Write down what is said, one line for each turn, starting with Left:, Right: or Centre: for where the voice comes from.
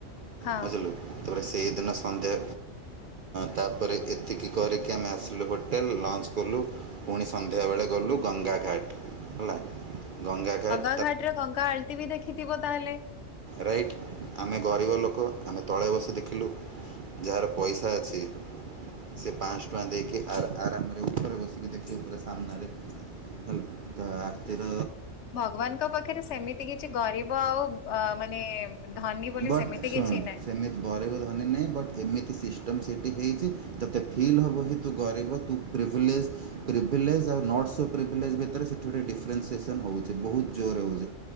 Left: ହଁ
Right: ବୁଝିଲୁ। ପରେ ସେଇଦିନ ସନ୍ଧ୍ୟା ତାପରେ ଏତିକି କରିକି ଆମେ ଆସିଲୁ ହୋଟେଲ। ଞ୍ଚ କଲୁ ପୁଣି ସନ୍ଧ୍ୟାବେଳେ ଗଲୁ ଗଙ୍ଗା ଘାଟ୍ ହେଲା ଗଙ୍ଗା ଘାଟ୍
Left: ଘାଟ୍ରେ ଗଙ୍ଗା ଆଳତୀ ବି ଦେଖିଥିବ ତାହେଲେ।
Right: ରାଇଟ୍ ଆମେ ଗରିବ ଲୋକ ଆମେ ତଳେ ବସି ଦେଖିଲୁ। ଯାହାର ପଇସା ଅଛି ସେ ପାଆଂଶ ଟଙ୍କା ଦେଇକି ଆର୍ ଆରାମରେ ଉପରେ ବସିକି ଦେଖି ଉପରେ ସାମ୍ନାରେ। ହେଲ ତ ଆରତିର
Left: ଭଗବାନଙ୍କ ପାଖରେ ସେମିତି କିଛି ଗରିବ ଆଉ ଅ ମାନେ। ଧନୀ ବୋଲି
Right: ବଟ୍
Left: ସେମିତି
Right: ଶୁଣୁ
Left: କିଛି ନାହିଁ
Right: ସେମିତି ବରେବ ଧନୀ ନାହିଁ ବଟ୍ ଏମିତି ସିଷ୍ଟ ସିଷ୍ଟମ୍ ସେଠି ହେଇଚି ତତେ ଫିଲ୍ ହବ ହି ତୁ ଗରିବ ତୁ ପ୍ରିଭିଲେସ ପ୍ରିଭିଲେଶ୍ ଆଉ ନଟ୍ ସୋ ପ୍ରିଭିଲାଇଜ୍ ଭିତରେ ସେଠି ଗୋଟେ ଡିଫରେନ୍ସିଏସନ ହଉଛି ବହୁତ ଜୋରରେ ହଉଛି।